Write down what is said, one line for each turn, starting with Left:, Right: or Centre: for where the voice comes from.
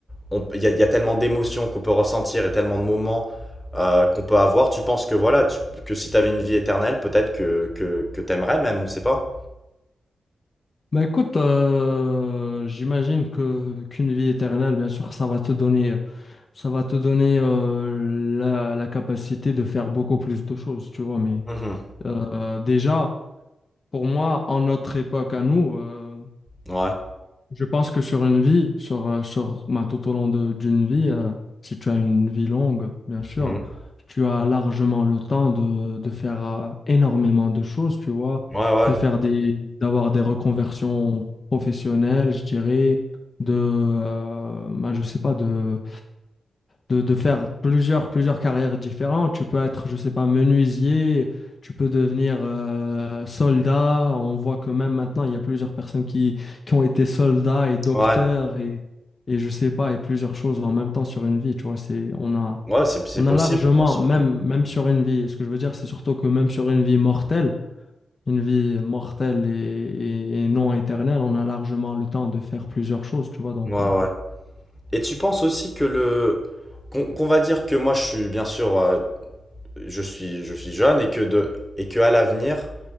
Centre: on- il y a, il y a tellement d'émotions qu'on peut ressentir et tellement de moments euh, qu'on peut avoir. Tu penses que voilà, tu- que si t'avais une vie éternelle, peut-être que, que, que t'aimerais même, on sait pas.
Left: Bah écoute, euh, j'imagine que qu'une vie éternelle, bien sûr, ça va te donner, ça va te donner euh, la, la capacité de faire beaucoup plus de choses, tu vois. Mais
Centre: Mhm.
Left: euh, déjà, pour moi, en notre époque à nous, euh,
Centre: Ouais.
Left: je pense que sur une vie, sur, euh, sur, ben, tout au long de- d'une vie, euh, si tu as une vie longue, bien sûr,
Centre: Mhm.
Left: tu as largement le temps de, de faire euh, énormément de choses, tu vois,
Centre: Ouais, ouais.
Left: de faire des, d'avoir des reconversions professionnelles, je dirais, de, euh, ben, je sais pas, de, de, de faire plusieurs, plusieurs carrières différentes. Tu peux être, je sais pas, menuisier, tu peux devenir euh, soldat. On voit que même maintenant, il y a plusieurs personnes qui qui ont été soldats et docteurs
Centre: Ouais.
Left: et, et je sais pas, et plusieurs choses en même temps sur une vie, tu vois, c'est, on a,
Centre: Ouais, c'est, c'est
Left: on
Centre: possible,
Left: a largement,
Centre: bien sûr.
Left: même, même sur une vie, ce que je veux dire, c'est surtout que même sur une vie mortelle, une vie mortelle et, et- et non éternelle, on a largement le temps de faire plusieurs choses, tu vois, donc,
Centre: Mhm. Ouais,
Left: euh,
Centre: ouais. Et tu penses aussi que le qu'on qu'on va dire que moi je suis bien sûr euh, je suis je suis jeune et que de et que à l'avenir